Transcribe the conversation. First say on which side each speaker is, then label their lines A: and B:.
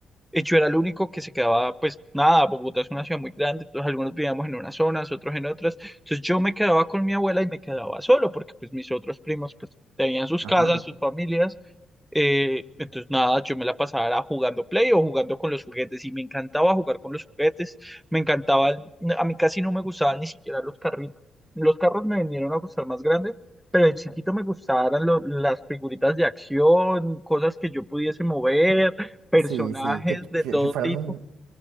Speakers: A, in the centre; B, on the right.
A: Y yo era el único que se quedaba, pues nada, Bogotá es una ciudad muy grande, entonces algunos vivíamos en unas zonas, otros en otras. Entonces yo me quedaba con mi abuela y me quedaba solo, porque pues mis otros primos pues tenían sus
B: Ajá.
A: casas, sus familias, eh, entonces, nada, yo me la pasaba era jugando Play o jugando con los juguetes y me encantaba jugar con los juguetes, me encantaba, a mí casi no me gustaban ni siquiera los carritos. Los carros me vinieron a gustar más grandes, pero de chiquito me gustaban lo- las figuritas de acción, cosas que yo pudiese mover, personajes
B: Sí, sí, que,
A: de
B: que,
A: todo
B: que fueran
A: tipo.
B: un...